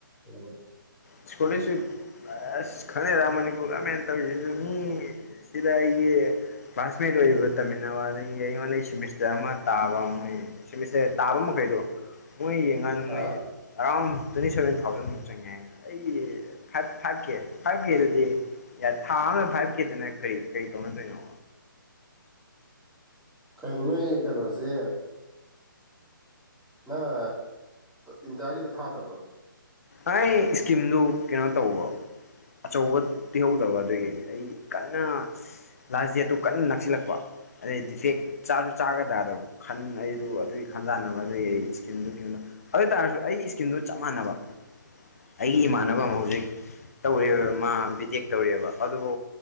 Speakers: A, in the centre; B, on the left (about 40°).
A: ꯎꯝ
B: ꯁꯀꯣꯂꯁꯨ ꯑꯁ ꯈꯪꯉꯦꯔꯥ ꯃꯅꯤꯄꯨꯔ ꯒꯃꯦꯟ ꯇꯧꯔꯤ ꯑꯗꯨ ꯃꯤ ꯁꯤꯗ ꯑꯩꯒꯤ ꯀ꯭ꯂꯥꯁꯃꯦꯠ ꯑꯣꯏꯔꯤꯕ ꯇꯝꯃꯤꯟꯅꯕ ꯑꯗꯒꯤ ꯑꯩꯉꯣꯟꯗꯩ ꯁꯤꯦꯃꯤꯁꯇꯔ ꯑꯃ ꯇꯥꯕ ꯃꯣꯏ ꯁꯤꯃꯤꯠꯁꯇꯦ ꯇꯥꯕ ꯃꯈꯩꯗꯣ ꯃꯣꯏ ꯌꯦꯡꯀꯥꯟꯗ
A: ꯑꯥ
B: ꯃꯣꯏ ꯑꯦꯔꯥꯎꯟ ꯇ꯭ꯋꯦꯟꯇꯤ ꯁꯕꯦꯟ ꯊꯥꯎꯖꯟꯃꯨꯛ ꯆꯪꯉꯦ ꯍꯥꯏ ꯑꯩ ꯊꯥꯛꯀꯦ ꯊꯥꯛꯀꯦ ꯑꯗꯨꯗꯤ ꯌꯥꯔ ꯊꯥ ꯑꯃꯗ ꯐꯥꯏꯚ ꯀꯦꯗꯅ ꯀꯔꯤ ꯀꯔꯤ ꯇꯧꯅꯗꯣꯏꯅꯣ
A: ꯀꯣ ꯅꯣꯏ ꯀꯩꯅꯣꯁꯦ ꯅꯪ ꯏꯟꯗꯤꯌꯥꯒꯤꯗ ꯊꯥꯗꯕ꯭ꯔꯣ
B: ꯑꯩ ꯏꯁꯀꯤꯝꯗꯨ ꯀꯩꯅꯣ ꯇꯧꯕꯣ ꯑꯆꯧꯕ ꯄꯤꯍꯧꯗꯕ ꯑꯗꯨꯗꯒꯤ ꯑꯩ ꯀꯟꯅ ꯂꯥꯁ ꯗꯦꯠꯇꯨ ꯀꯟꯅ ꯅꯛꯁꯤꯜꯂꯛꯄ ꯑꯗꯩ ꯗꯤꯐꯦꯛ ꯆꯥꯁꯨ ꯆꯥꯒꯗ꯭ꯔꯥꯗꯕ ꯈꯟ ꯑꯩꯗꯨ ꯑꯗꯨꯒꯤ ꯈꯟ ꯇꯥꯅꯕ ꯑꯗꯨꯒꯤ ꯑꯩ ꯏꯁꯀꯤꯟꯗꯨ ꯀꯩꯅꯣꯗ ꯑꯗꯨ ꯑꯣꯏ ꯇꯔꯁꯨ ꯑꯩꯒꯤ ꯏꯁꯀꯤꯝꯗꯨ ꯆꯞ ꯃꯥꯟꯅꯕ ꯑꯩꯒꯤ ꯏꯃꯥꯟꯅꯕ ꯑꯃ ꯍꯧꯖꯤꯛ ꯇꯧꯔꯤꯕ ꯃꯥ ꯕꯤꯇꯦꯛ ꯇꯧꯔꯤꯑꯦꯕ ꯑꯗꯨꯕꯨ